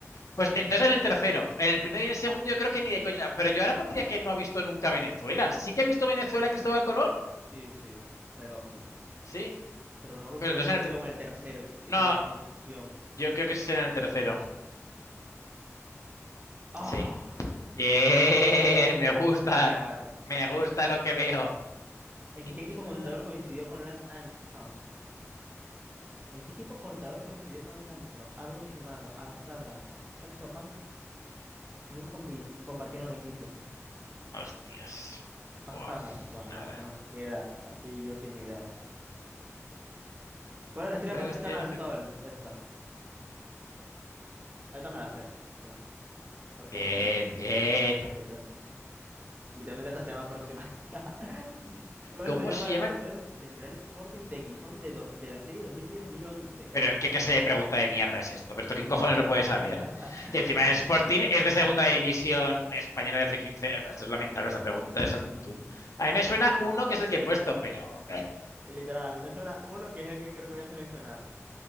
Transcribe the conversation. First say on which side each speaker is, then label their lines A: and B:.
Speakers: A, on the left; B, on the right.
A: pues entonces en el tercero. En el primero y en el segundo yo creo que ni de coña. Pero yo ahora pondría que no ha visto nunca Venezuela. Sí que ha visto Venezuela Cristóbal Colón.
B: Sí, sí. Pero,
A: Sí.
B: pero no me acuerdo
A: Pero
B: si era
A: entonces
B: en el
A: en
B: segundo
A: el. ter-
B: o en el tercero. Es que
A: No,
B: tengo la confusión.
A: yo creo que es en el tercero.
B: Ah,
A: Sí. Bien,
B: por no
A: me gusta.
B: confiar.
A: Me gusta lo que veo.
B: ¿En
A: Eh,
B: qué equipo contador coincidió con Lance Armstrong? ¿En qué equipo contador coincidió con Lance Armstrong? Argo Shimano, Astana, Saxo Bank. Nunca compi- compartieron equipo.
A: Hostias. Buah,
B: Astana, bueno,
A: nada.
B: no, no, ni idea. Aquí yo sí, ni idea. ¿Cuál es la estrella
A: ¿Cuáles
B: más
A: las
B: cercana
A: teorías
B: al Sol?
A: más
B: Esta. Esta me la sé. Mira, Próxima
A: Bien,
B: Centauri.
A: bien.
B: Grande, exacto. Literalmente esta se llama Próxima. <laughs> ¿Cómo
A: ¿Cómo
B: se llama
A: se
B: el
A: llama
B: portero
A: el...?
B: del Real Sporting de Gijón de, do- de la serie dos dos mil diez mil once?
A: Pero, ¿qué clase de pregunta de mierda es esto? ¿Pero esto quién cojones
B: <laughs>
A: lo puede saber? Que encima el Sporting es de segunda división española de hace 15. Bueno, esto es lamentable, esa pregunta es al tuntún. A mí me suena uno que es el que he puesto, pero... eh.
B: Literal, a mí me suena uno que es el que creo que voy a seleccionar.